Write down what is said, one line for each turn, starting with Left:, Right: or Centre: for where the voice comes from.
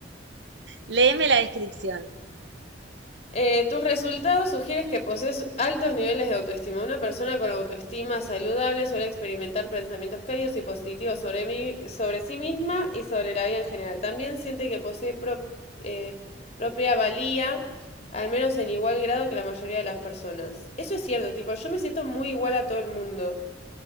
Right: Léeme la descripción.
Left: Eh, tus resultados sugieren que posees altos niveles de autoestima. Una persona con autoestima saludable suele experimentar pensamientos cálidos y positivos sobre, mí- sobre sí misma y sobre la vida en general. También siente que posee pro- eh, propia valía, al menos en igual grado que la mayoría de las personas. Eso es cierto, tipo, yo me siento muy igual a todo el mundo.